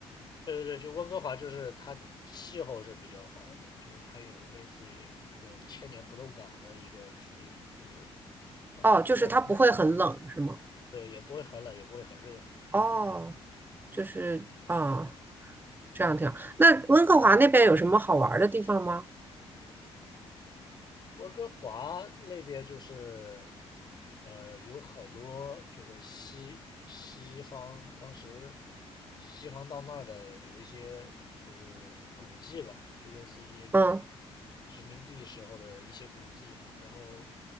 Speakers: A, on the left (about 40°); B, on the right (about 20°).
A: 对对对，就温哥华就是它气候是比较好的，就是它有类似于一个千年不动港的一个属性，就是呃不会很冷也不会
B: 哦，就是它不会很冷，是吗？
A: 对，也不会很冷，也不会很热。
B: 哦，就是啊，这样挺好。那温哥华那边有什么好玩儿的地方吗？
A: 温哥华那边就是，呃，有很多就是西西方，当时西方到那儿的有一些就是古迹吧，就类似一些民
B: 嗯，
A: 殖民地时候的一些古迹，然后